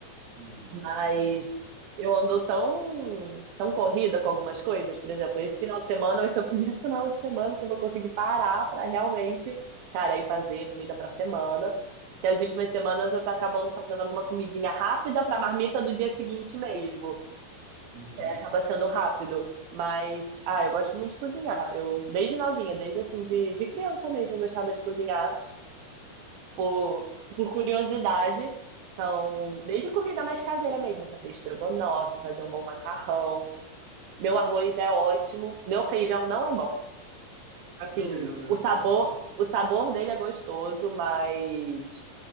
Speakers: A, on the right (about 40°); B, on the right (about 80°).
A: Uhum.
B: Mas eu ando tão, tão corrida com algumas coisas. Por exemplo, esse final de semana vai ser o primeiro <laughs> final de semana que eu vou conseguir parar pra realmente, cara, ir fazer comida pra semana. Que as últimas semanas eu tô acabando fazendo alguma comidinha rápida pra marmita do dia seguinte mesmo.
A: Uhum.
B: E aí acaba sendo rápido. Mas, ah, eu gosto muito de cozinhar. Eu, desde novinha, desde assim, de, de criança mesmo, eu gostava de cozinhar por, por curiosidade. Então, desde comida mais caseira mesmo, fazer estrogonofe, fazer um bom macarrão.
A: Uhum.
B: Meu arroz é ótimo, meu feijão não é bom. Assim,
A: Porque o feijão não é
B: o
A: bom.
B: sabor,
A: <laughs>
B: o sabor dele é gostoso, mas